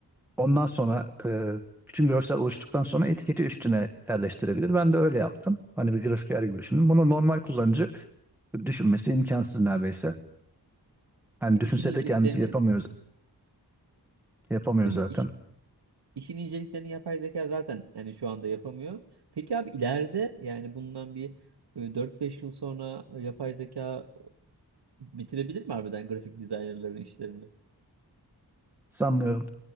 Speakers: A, in the centre; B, on the right.
A: Ondan sonra e, bütün görsel oluştuktan sonra etiketi üstüne yerleştirebilir. Ben de öyle yaptım. Hani bir grafiker gibi düşünün. Bunu normal kullanıcı düşünmesi imkansız neredeyse. Yani
B: Ya
A: düşünse
B: işin inceliklerini
A: de kendisi yapamıyoruz, yapamıyor
B: değil
A: zaten.
B: mi? İş, işin inceliklerini yapay zeka zaten yani şu anda yapamıyor. Peki abi ileride yani bundan bir e, 4-5 yıl sonra yapay zeka bitirebilir mi harbiden grafik dizaynerların işlerini?
A: Sanmıyorum.